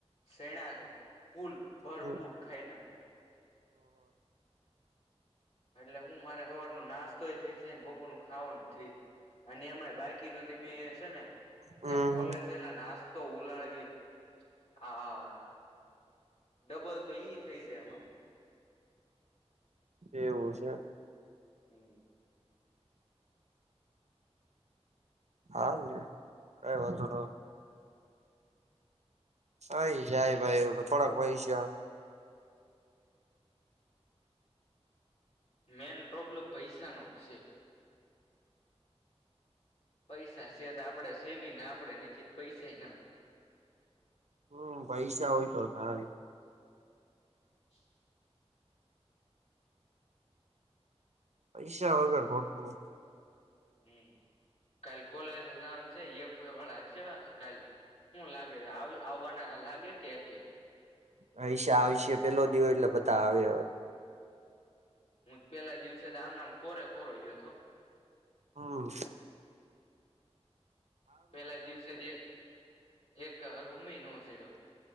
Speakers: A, on the left; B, on the right.
A: શેણાક ફૂલ ભરપૂર
B: હ
A: ખાઈ નાખું એટલે હું મારે હવાર નું નાશ તોય થઇ જાયને બપર નું ખાવાનું થઈ જ અને એમાં બાકી રયુ અમે સેને છ ને ત્યાં
B: હમ
A: કોલેલા તો ઉલાડવી હા, ડબલ તો ઈ થઇ જાય એમાં
B: એવું છે,
A: હમ્મ
B: હા કઈ વાંધો ન અય જાય ભાઈ થોડાક પયસા છે
A: મેન પ્રોબ્લેમ પૈસા નો જ છે, પૈસા છે, તો આપડે સ બી ના આપડે નથી પૈસા ન
B: હમ્મ પૈસા હોય તો થાય
A: <inaudible>
B: પૈસા વગર ખોટું
A: હમ્મ કાલ કોલે છે જાવાનુ છે એફ વાય વાણા હશે સે આસ કાલ, શું લાગે આવવાના લાગે કે કે
B: હયશે આવશે પેલો દિવવો એટલે બધા આવે
A: હું પેલા દિવસે તો આમ નામ કોરે કોરો ગયો હતો
B: હમ્મ
A: પેલા દિવસેથી એક રૂમિનો છેડો